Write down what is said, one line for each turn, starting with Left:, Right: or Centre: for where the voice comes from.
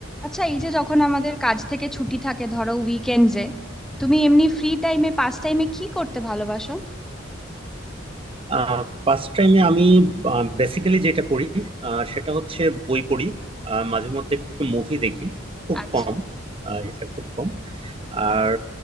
Centre: আচ্ছা এই যে যখন আমাদের কাজ থেকে ছুটি থাকে ধরো উইকেন্ডসে তুমি এমনি ফ্রি টাইমে পাস টাইমে কি করতে ভালোবাসো
Right: হ্যাঁ পাস টাইমে আমি বেসিক্যালি যেটা করি আহ, সেটা হচ্ছে বই পড়ি আহ, মাঝে মধ্যে একটু মুভি দেখি খুব
Centre: আচ্ছা
Right: কম আহ, এটা খুব কম আর